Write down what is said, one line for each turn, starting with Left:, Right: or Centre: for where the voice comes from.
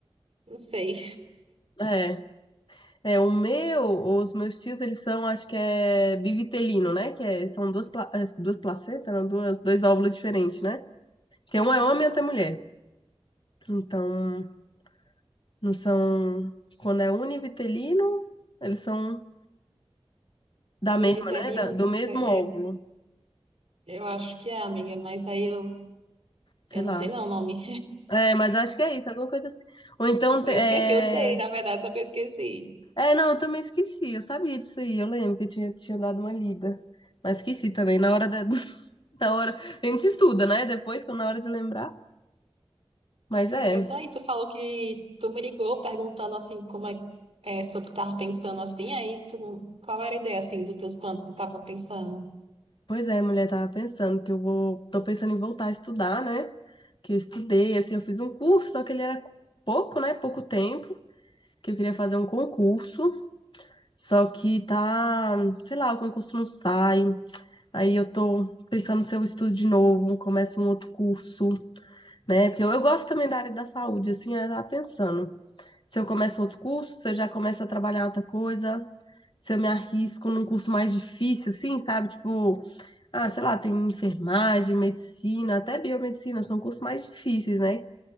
Right: Não sei.
Left: É. É, o meu, os meus tios, eles são, acho que é bivitelino, né? Que é, são duas, pla- eh, duas placentas, não, duas, dois óvulos diferentes, né? Que um é homem e outro é mulher. Então, Não são. Quando é univitelino, eles são da
Right: Univiterinos,
Left: mesma, né? Da- do mesmo
Right: é-
Left: óvulo.
Right: é- eu acho que é, amiga, mas aí eu,
Left: Sei
Right: eu não
Left: lá.
Right: sei não o nome.
Left: É, mas acho que é isso, alguma coisa assim. Ou então. te-
Right: Eu
Left: É,
Right: esqueci, eu sei, na verdade, só que eu esqueci.
Left: é não, eu também esqueci. Eu sabia disso aí. Eu lembro que eu tinha, tinha dado uma lida. Mas esqueci também. Na hora da, <laughs> da hora. A gente estuda, né? Depois, quando na hora de lembrar. Mas é.
Right: Mas aí tu falou que tu me ligou perguntando assim como é, é sobre o que tava pensando assim, aí tu, qual era a ideia assim dos teus planos que tu tava pensando?
Left: Pois é, mulher, tava pensando que eu vou. Tô pensando em voltar a estudar, né? Que eu estudei, assim, eu fiz um curso, só que ele era pouco, né? Pouco tempo, que eu queria fazer um concurso. Só que tá, sei lá, o concurso não sai. Aí eu tô pensando se eu estudo de novo, começo um outro curso, né? Porque eu, eu gosto também da área da saúde, assim, eu tava pensando. Se eu começo outro curso, se eu já começo a trabalhar outra coisa, se eu me arrisco num curso mais difícil, assim, sabe? Tipo, ah, sei lá, tem enfermagem, medicina, até biomedicina, são cursos mais difíceis, né?